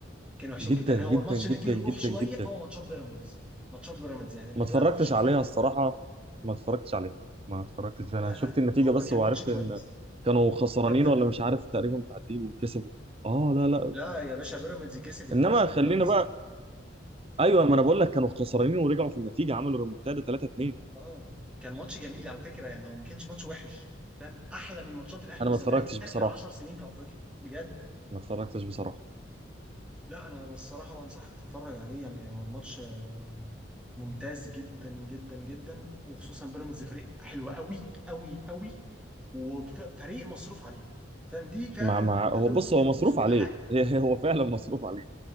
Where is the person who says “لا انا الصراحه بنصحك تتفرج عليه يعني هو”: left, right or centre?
Centre